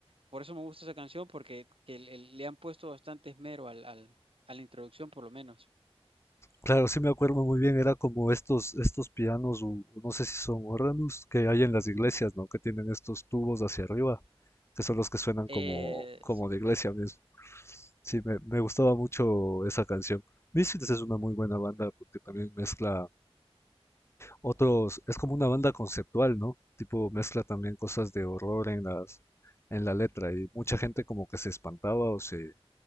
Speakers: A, on the right (about 60°); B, on the left (about 25°).
A: por eso me gusta esa canción, porque que le le han puesto bastante esmero al, al- a la introducción, por lo menos.
B: Claro, sí me acuerdo muy bien, era como estos, estos pianos, u- no sé si son órganos, que hay en las iglesias, ¿no? Que tienen estos tubos hacia arriba, que son los que suenan
A: Eh,
B: como, como de iglesia mismo. Sí, me, me gustaba mucho esa canción. Misfits es una muy buena banda porque también mezcla otros, es como una banda conceptual, ¿no? Tipo mezcla también cosas de horror en las, en la letra y mucha gente como que se espantaba o se,